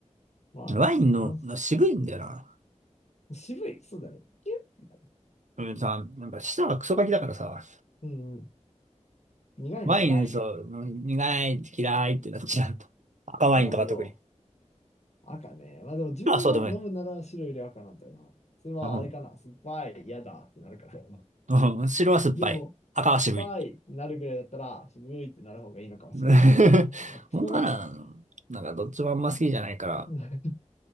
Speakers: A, on the left; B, on the right.
A: まあ、
B: ワインの渋いんだよな。
A: 日本渋い。そうだね。キュッ
B: うんさ、なんか舌がクソガキだからさ、
A: うんうん。苦いの嫌い。
B: ワインそう、苦いって嫌いってなっちゃうと。赤ワインとか特に。
A: なるほど。赤ね。まあでも自分は飲むなら白より赤なんだよな。
B: 白はそうでもない。
A: それはあれかな。
B: うん。
A: 酸っぱい、嫌だってなるから。
B: うん白は酸っぱい。
A: でも、
B: 赤は渋い。
A: 酸っぱいってなるぐらいだったら、渋いってなる方がいいのかもしれない。
B: <laughs>
A: まあ、クソガキ。
B: 本当かななんかどっちもあんま好きじゃないから、
A: <laughs>